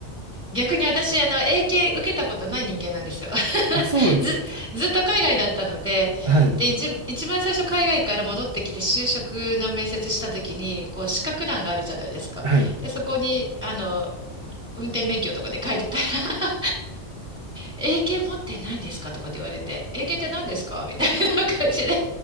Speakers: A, in the centre; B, on the right.
A: 逆に私、あの、英検受けたことない人間なんですよ。<laughs>
B: あ、そうなんですか。
A: ず、ずっと海外だったので、
B: はい。
A: で、一、一番最初海外から戻ってきて就職の面接した時に、こう、資格欄があるじゃないですか。
B: はい。
A: で、そこに、あの、運転免許とかで書いてたら <laughs> 英検持ってないんですかとかって言われて、英検って何ですかみたいな感じで。